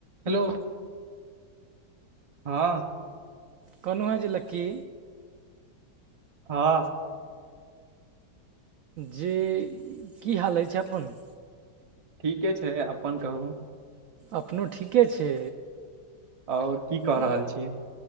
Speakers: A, on the right; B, on the right.
A: हेलो हाॅं।
B: कोनो हे जे लकी
A: हाॅं।
B: जे की हाल अइछ, अपन
A: ठीके छै, अपन कहूॅं।
B: अपनो ठीके छै,
A: आओर की कऽ
B: आ
A: रहल छियै